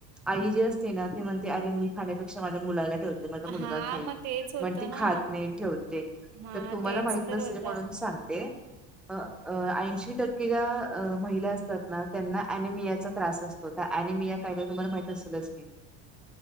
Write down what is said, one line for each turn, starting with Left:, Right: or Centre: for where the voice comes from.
Centre: आई जी असते ना ती म्हणते अरे मी खाण्यापेक्षा माझ्या मुलाला ठेव ते माझा मुलगा
Right: हा
Centre: खाईल
Right: मग तेच होतं
Centre: मन ती
Right: ना
Centre: खात नाही ठेवते.
Right: हा
Centre: तर तुम्हाला
Right: तेच
Centre: माहित
Right: तर
Centre: नसेल
Right: होतं.
Centre: म्हणून सांगते. अ ऐंशी टक्के ज्या महिला असतात ना त्यांना अनिमियाचा त्रास अस तो त आनीमीया काय करतो तुम्हाला माहित असलच की.